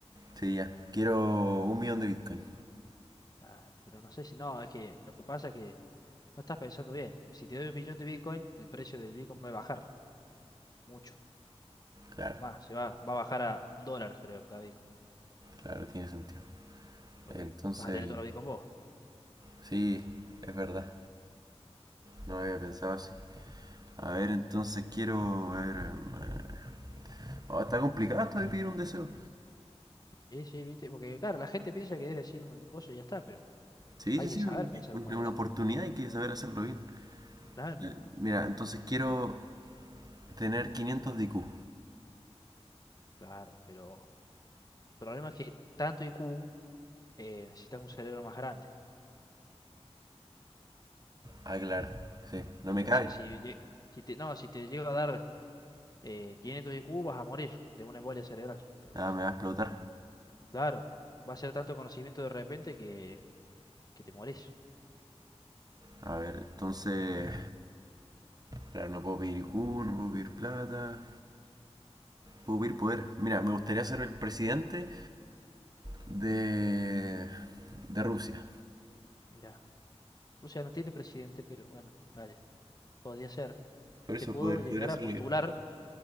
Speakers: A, on the right; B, on the left.
A: Sí, ya, quiero un millón
B: Ah,
A: de Bitcoin.
B: ah, pero no sé si. No, es que lo que pasa es que no estás pensando bien. Si te doy un millón de Bitcoin, el precio del Bitcoin va a bajar mucho.
A: Claro,
B: Va, se va, va a bajar a un dólar, creo, cada Bitcoin.
A: claro, tiene sentido.
B: Porque
A: Entonces,
B: vas a tener todos los Bitcoin vos.
A: sí, es verdad, no había pensado así. A
B: Claro.
A: ver, entonces quiero, a ver, em, eh, Oh, está complicado esto de pedir un deseo.
B: Sí, sí, viste. Porque, claro, la gente piensa que es decir un coso y ya está, pero
A: Sí,
B: hay
A: sí,
B: que
A: sí,
B: saber
A: es
B: pensar
A: una
B: con deseo.
A: oportunidad y hay que saber hacerlo bien.
B: Claro,
A: Ya, Mira, entonces quiero tener quinientos de IQ.
B: claro. Pero el problema es que tanto IQ eh, necesitas un cerebro más grande.
A: Ah, claro, sí, no
B: Entonces,
A: me cabe.
B: si, lle- si te, no, si te llega a dar eh, 500 IQ, vas a morir de una embolia cerebral. ¿Entendés?
A: Ah, me va a explotar.
B: Claro. Va a ser tanto conocimiento de repente que, que te morís.
A: A ver, entonces, claro, no puedo pedir IQ, no puedo pedir plata, puedo pedir poder. Mira, me gustaría ser el presidente de, de Rusia.
B: Mira, Rusia no tiene presidente, pero bueno, dale. Podría ser.
A: Por eso
B: te puedo
A: poder-
B: llegar
A: podría hacerlo
B: a postular.
A: yo.